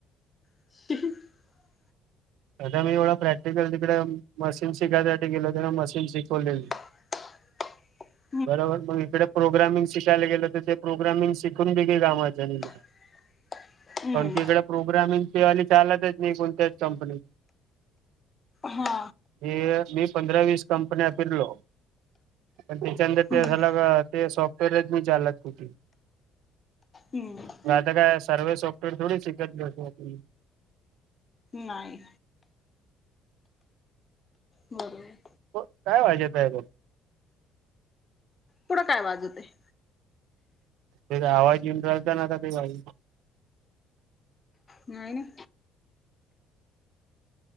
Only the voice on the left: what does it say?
<unintelligible> <inaudible>
<inaudible>
<unintelligible> हम्म
हा
हम्म
हम्म.
नाई बरोबर.
कुड काय वाजवतेय.
नाही